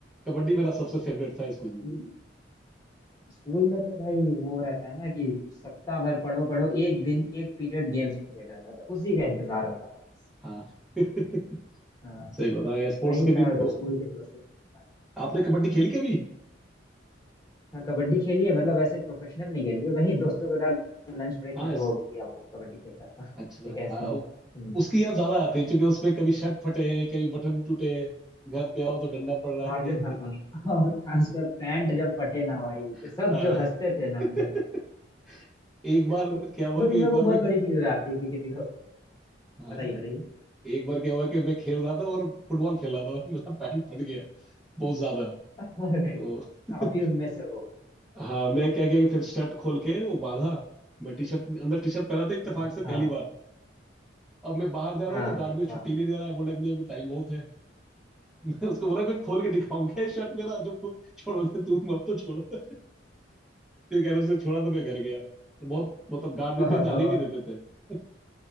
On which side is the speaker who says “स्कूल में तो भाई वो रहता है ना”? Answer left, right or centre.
Left